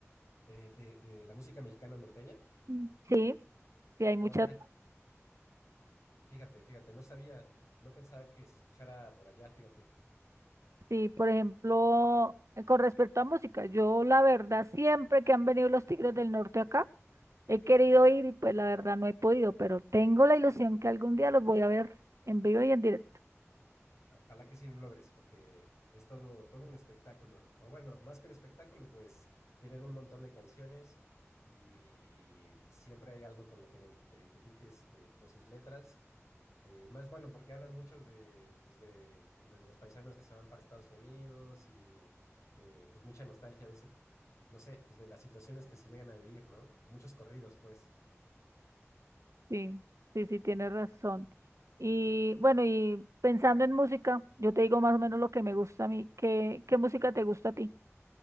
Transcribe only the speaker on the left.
Eh, de, de la música mexicana norteña.
Oh, ya, fíjate, fíjate, no sabía, no pensaba que se escuchara por allá, fíjate.
Ojalá que sí lo logres, porque es todo, todo un espectáculo. O bueno, más que un espectáculo, pues tienen un montón de canciones y siempre hay algo con lo que te te identifiques de, de sus letras Eh, más bueno, porque hablan muchos de, pues de, de los paisanos que se van para Estados Unidos y eh, pues mucha nostalgia de ese, no sé, pues de las situaciones que se llegan a vivir, ¿no? Muchos corridos, pues.